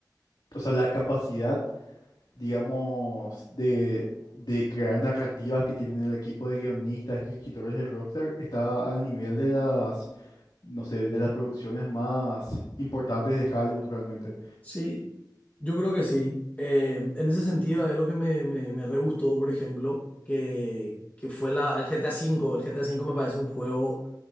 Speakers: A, on the left; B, on the left.
A: o sea, la capacidad digamos, de, de crear narrativas que tienen el equipo de guionistas y escritores de Rockstar está al nivel de las, no sé, de las producciones más importantes de Hollywood realmente.
B: Sí, yo creo que sí. Eh, en ese sentido, hay algo que me, me, me re gustó, por ejemplo, que, que fue la, el GTA V. El GTA V me parece un juego